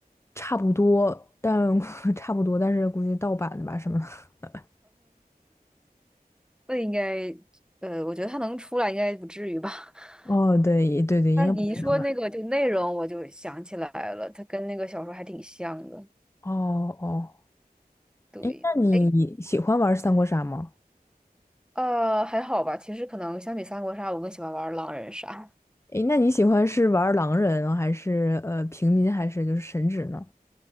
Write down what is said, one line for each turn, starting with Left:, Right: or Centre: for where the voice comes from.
Left: 差不多，但 <laughs> 差不多，但是估计盗版的吧什么的。<laughs>
Centre: 那应该，呃，我觉得它能出来应该不至于吧。<laughs>
Left: 哦，对对对，
Centre: 但是你一说那个就内容，
Left: 应该不是盗版。
Centre: 我就想起来了，它跟那个小说还挺像的。
Left: 哦哦，
Centre: 对，
Left: 哎，那你喜欢玩三国杀吗？
Centre: 哎，呃，还好吧。其实可能相比三国杀，我更喜欢玩狼人杀。
Left: 哎，那你喜欢是玩狼人还是呃平民还是就是神职呢？